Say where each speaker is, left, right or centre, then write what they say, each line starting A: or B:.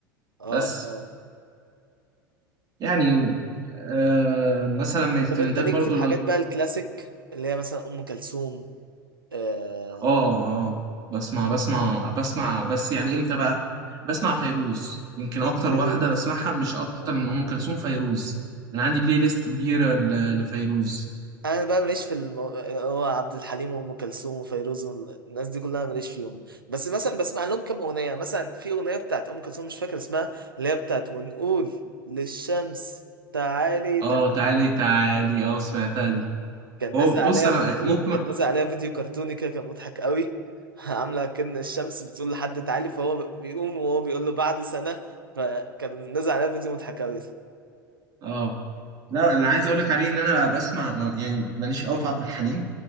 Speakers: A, on the right; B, on the right.
A: اه
B: بس
A: اه
B: يعني آه مثلا من الترندات
A: طب انت ليك
B: برضو
A: في الحاجات بقى الكلاسيك اللي هي مثلا ام كلثوم آه
B: اه اه بسمع بسمع بسمع بس يعني امتى بقى بسمع فيروز يمكن اكتر
A: فيروز
B: واحده بسمعها مش اكتر
A: آه،
B: من ام كلثوم فيروز انا عندي بلاي ليست كبيره ل- لفيروز
A: انا بقى ماليش في المو... هو عبد الحليم وام كلثوم وفيروز والناس دي كلها ماليش فيهم بس مثلا بسمع لهم كام اغنيه مثلا في اغنيه بتاعت ام كلثوم مش فاكر اسمها اللي هي بتاعت ونقول للشمس تعالي
B: اه
A: تعالي
B: تعالي تعالي اه سمعتها دي
A: كان
B: هو
A: نازل
B: بص
A: عليها
B: انا
A: فيديو
B: ممكن
A: كان نازل عليها فيديو كرتوني كده كان مضحك قوي <laughs> عامله كأن الشمس بتقول لحد تعالي فهو بيقوم وهو بيقول له بعد سنه فكان نازل عليها فيديو مضحك قوي
B: اه لا انا عايز اقول لك عليه ان انا بسمع ما- يعني ماليش قوي في عبد الحليم